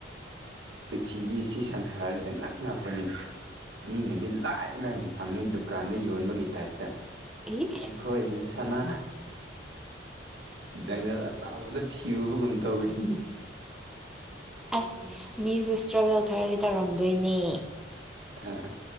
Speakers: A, on the right (about 65°); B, in the centre.
A: ꯄ꯭ꯔꯤꯊꯤꯕꯤ ꯑꯁꯤ ꯁꯪꯁꯥꯔꯁꯤꯗ ꯉꯛ ꯉꯛꯄꯅꯤ ꯃꯤꯅꯗꯤ ꯂꯥꯏ ꯂꯥꯏꯅ ꯐꯪꯉꯤꯗꯨ ꯀꯥꯟꯗ ꯌꯣꯟꯕꯒꯤ ꯇꯥꯏꯞꯇ
B: ꯑꯦ
A: ꯑꯩꯈꯣꯏꯁꯤꯅ ꯁꯅꯥ ꯖꯪꯒꯜ ꯑꯆꯥꯎꯕꯗ ꯊꯤꯔꯨꯕꯒꯨꯝ ꯇꯧꯋꯤꯅꯤ
B: ꯑꯁ ꯃꯤꯁꯨ ꯏꯁꯇ꯭ꯔꯒꯜ ꯈꯔꯗꯤ ꯇꯧꯔꯝꯗꯣꯏꯅꯦ
A: ꯑ